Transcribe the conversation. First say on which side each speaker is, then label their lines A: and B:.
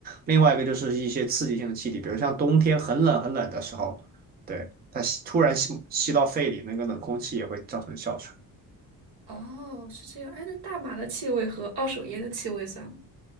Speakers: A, on the right; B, on the right.
A: 另外一个就是一些刺激性的气体，比如像冬天很冷很冷的时候，对，它吸突然吸吸到肺里，那个冷空气也会造成哮喘。
B: 哦，是这样。哎，那大麻的气味和二手烟的气味算吗？